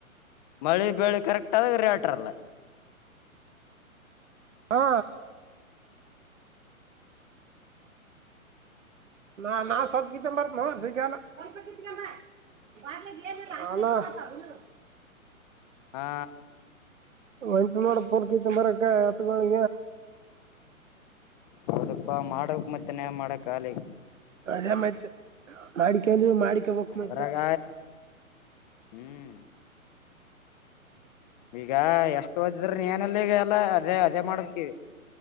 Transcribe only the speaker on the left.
ಮಳೆ ಬೇಳಿ ಕರೆಕ್ಟ್ ಆದಾಗ ರೀ ಆಟರಲ್ಲ್ಮ
ಹಾ
ಸ್ವಲ್ಪ ಮಾಡಕ್ ಮತ್ತೆನೇ ಮಾಡಕ್ ಆಾಲಿ
ಅದ್ರಾಗ ಹ್ಮ್ ಈಗ ಎಷ್ಟು ಹೊದಿದ್ರ ನೀೇನಲ್ಲಿಗ ಎಲ್ಲ ಅದೇ ಅದೇ ಮಾಡ್ತವಿ